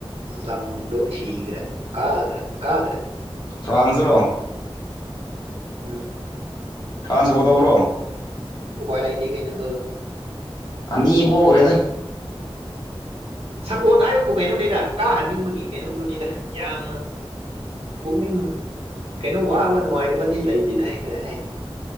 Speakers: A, on the right; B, on the left.
A: ꯂꯝꯗꯣ ꯁꯤꯈ꯭ꯔꯦ ꯀꯥꯗ꯭ꯔꯦ ꯀꯥꯗ꯭ꯔꯦ
B: ꯐ꯭ꯔꯥꯟꯖꯔꯣ
A: ꯎꯝ
B: ꯇ꯭ꯔꯥꯟꯁ ꯁꯄꯣꯔꯠ ꯇꯧꯕ꯭ꯔꯣ
A: ꯎꯄꯥꯏ ꯂꯩꯇꯦ ꯀꯩꯅ ꯎ
B: ꯑꯅꯤ ꯄꯣꯒ꯭ꯔꯦꯗ
A: ꯁꯄꯣꯠ ꯍꯥꯏꯕꯕꯨ ꯀꯩꯅꯣꯅꯤꯗ ꯀꯥꯍꯟꯅꯤꯡꯕꯒꯤ ꯀꯩꯅꯣꯗꯨꯅꯤꯗ ꯌꯥꯝꯅ ꯄꯨꯛꯅꯤꯡ ꯀꯩꯅꯣ ꯋꯥꯕ ꯅꯨꯡꯉꯥꯏꯇꯕꯗꯤ ꯂꯩꯇꯦꯗꯍꯦ ꯀꯗꯥꯏꯗꯩꯩ